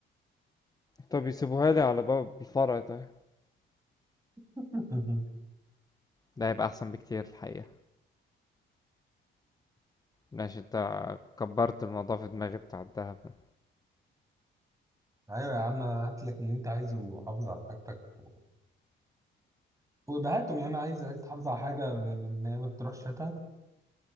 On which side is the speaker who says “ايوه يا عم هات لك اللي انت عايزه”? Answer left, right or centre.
Right